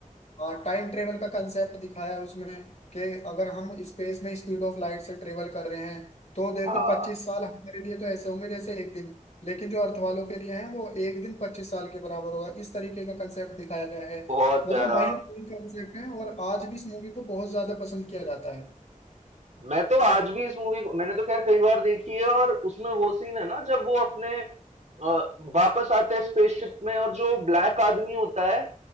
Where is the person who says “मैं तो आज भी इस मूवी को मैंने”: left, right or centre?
Right